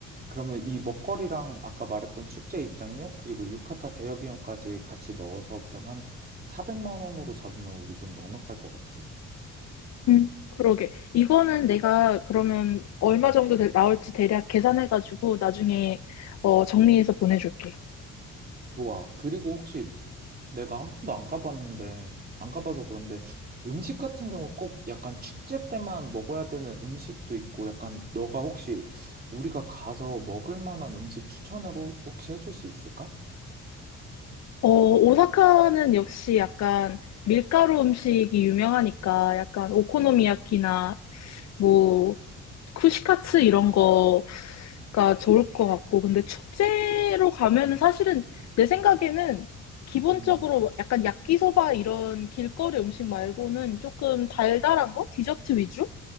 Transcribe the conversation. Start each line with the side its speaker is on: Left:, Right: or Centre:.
Right: 그러면 이 먹거리랑 아까 말했던 축제 입장료 그리고 유카타 대여 비용까지 같이 넣어서 그럼 한 400만 원으로 잡으면 우리 좀 넉넉할 것 같지?
Left: 음. 그러게. 이거는 내가 그러면 얼마 정도 될- 나올지 대략 계산해가지고 나중에 어, 정리해서 보내줄게.
Right: 좋아. 그리고 혹시 내가 한 번도 안 가봤는데, 안 가봐서 그런데 음식 같은 경우 꼭 약간 축제 때만 먹어야 되는 음식도 있고, 약간 너가 혹시 우리가 가서 먹을 만한 음식 추천으로 혹시 해줄 수 있을까?
Left: 어, 오사카는 역시 약간 밀가루 음식이 유명하니까 약간 오코노미야키나 뭐 쿠시카츠 이런 거가 좋을 것 같고, 근데 축제로 가면은 사실은 내 생각에는 기본적으로
Right: 음,
Left: 약간 야끼소바 이런 길거리 음식 말고는 조금 달달한 거? 디저트 위주?